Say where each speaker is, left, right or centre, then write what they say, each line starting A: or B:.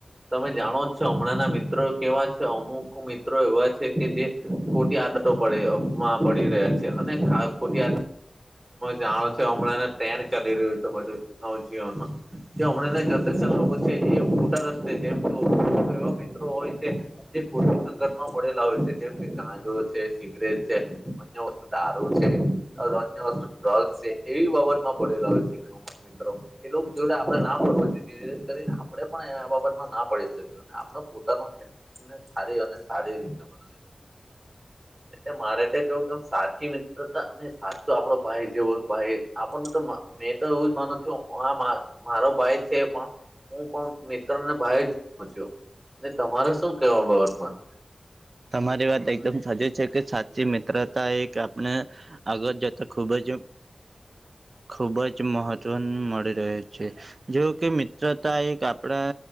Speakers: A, on the right (about 20°); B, on the right (about 60°).
A: તમે જાણો હમણાં ના મિત્રો કેવા છે અમુક મિત્રો એવા છે કે જે ખોટી આદ પમાં પડી રહ્યા છે અને ખોટી જાણો છ હમણાં ત્યાની ચાલી રહ્યું તો બધું નવજીવનમાં જે હમણાં ના જનરેશન લોકો છે એ મોટા રસ્તે જેમ તો એ મિત્રો હોય કે જે સંકટમાં પડેલા હોય છે જેમ કે ગાંજો છે સિગરેટ છે અ વસ્તુ દારો છે અન્ય વસ્તુ ડ્રગસ છે એવી બાબતમાં પડેલા હોય છે મિત્રો એ લોકો જોડે આપડે ના પડવુ જોઈએ જે કરીને આપડે પણ એ બાબતમાં ના પડી શકી આપણા પોતાના હેલ્થ ને સારી અને સારી રીત બનાવી એટલે મારે તો કેવું કે સાચી મિત્ર હતા અને સાચો આપડો ભાઈ જેવો ભાઈ આપણ તો મે તો એવુ જ મનુ હા મારો ભાઈ છે પણ હું પણ મિત્રને ભાઈ પછીયો ને તમારે શું કેવા બાબતમાં
B: તમારી વાત એકદમ સાચી છે કે સાચી મિત્રતા એક આપણે અગ જતા ખુબ જ ખૂબ જ મહત્વ મળી રહે્યો છે જે કે મિત્રતા એક આપણા